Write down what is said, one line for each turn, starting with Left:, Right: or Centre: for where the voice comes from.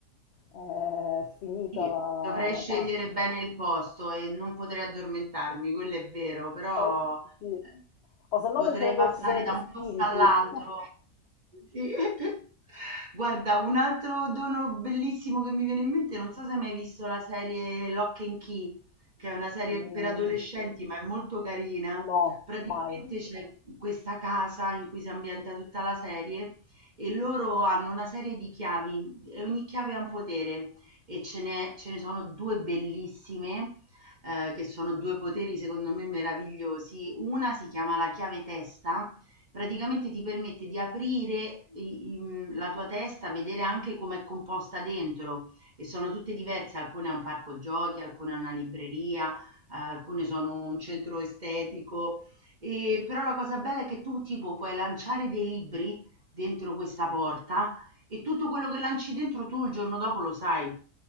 Left: eh, è finita
Right: Sì,
Left: la,
Right: dovrei
Left: la
Right: scegliere
Left: pazza.
Right: bene il posto e non potrei addormentarmi, quello è vero, però
Left: Eh,
Right: eh,
Left: sì. O se no
Right: potrei
Left: penserebbero
Right: passare
Left: che ci sono
Right: da
Left: gli spiriti.
Right: un posto all'altro.
Left: <laughs>
Right: Sì. <laughs> Guarda, un altro dono bellissimo che mi viene in mente, non so se hai mai visto la serie Lock and Key, che è una serie
Left: Mm,
Right: per adolescenti, ma è molto carina.
Left: no,
Right: Praticamente
Left: mai.
Right: c'è questa casa in cui si ambienta tutta la serie e loro hanno una serie di chiavi e ogni chiave ha un potere e ce n'è ce ne sono 2 bellissime, ehm, che sono 2 poteri secondo me meravigliosi. Una si chiama la chiave testa, praticamente ti permette di aprire i i mhmm, la tua testa, vedere anche com'è composta dentro e sono tutte diverse, alcune ha un parco giochi, alcune ha una libreria, eh, alcune sono un centro estetico, ehm, però la cosa bella è che tu tipo puoi lanciare dei libri dentro questa porta e tutto quello che lanci dentro tu il giorno dopo lo sai.